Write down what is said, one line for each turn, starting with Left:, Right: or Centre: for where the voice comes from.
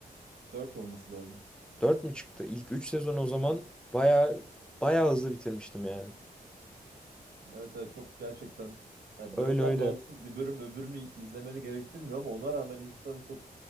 Right: Dört olması lazım.
Centre: Dört mü çıktı? İlk üç sezon o zaman baya baya hızlı bitirmiştim yani.
Right: Evet, evet çok gerçekten ya
Centre: Öyle
Right: bölümler
Centre: öyle.
Right: bağımsız bir bölüm öbürünü izlemeni gerektirmiyor ama ona rağmen insan çok